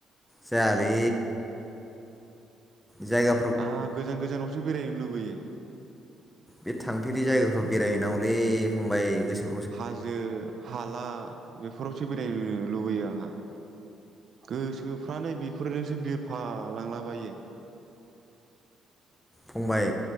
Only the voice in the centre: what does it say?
जायालै जायगा
बे थांफेरि जायगाफ्राव बेरायहैनांगौलै फंबाय गोसो
फंबाय